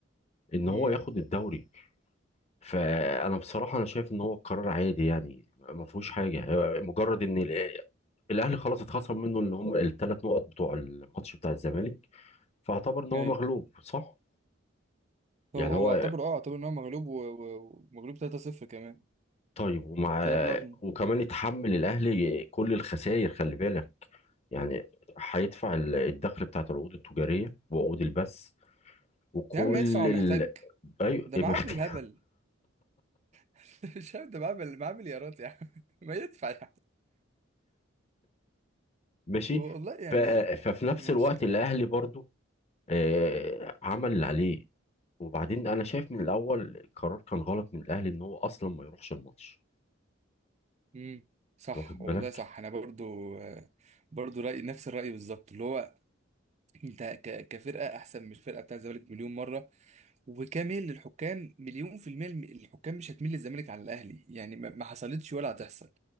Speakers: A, on the left; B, on the right.
A: ان هو
B: امم
A: ياخد الدوري فانا بصراحه انا شايف ان هو قرار عادي يعني ما فيهوش حاجه هو مجرد ان ال- الاهلي خلاص اتخصم منه اللي هم الثلاث نقط بتوع الماتش بتاع الزمالك فاعتبر ان هو
B: ايوه
A: مغلوب صح يعني
B: هو هو
A: هو
B: اعتبر اه اعتبر ان هو مغلوب و- و- ومغلوب 3-0 كمان
A: طيب ومع
B: ثلاث نقط من-
A: وكمان يتحمل الاهلي كل الخسائر خلي بالك يعني هيدفع ال- الدخل بتاعت العقود التجاريه وعقود البث وكل
B: يا عم يدفع
A: ال...
B: ومحتاج
A: ايوه
B: ده
A: <laughs>
B: معاه
A: محتاج
B: بالهبل <laughs> مش عارف ده معاه بال- معاه مليارات يا عم <laughs> ما يدفع يا عم
A: ماشي
B: والله يعني
A: ف... ففي نفس
B: ماشي
A: الوقت
B: كمان
A: الاهلي برضو آه، عمل اللي عليه وبعدين انا شايف من الاول القرار كان غلط من الاهلي ان هو اصلا ما يروحش الماتش
B: امم صح
A: انت واخد
B: والله
A: بالك
B: صح انا برضو آه، برضو رأي نفس الرأي بالظبط اللي هو انت ك- كفرقه احسن من الفرقه بتاع الزمالك مليون مره وكميل للحكام مليون في المية الم- الحكام مش هتميل للزمالك على الاهلي يعني ما ما حصلتش ولا هتحصل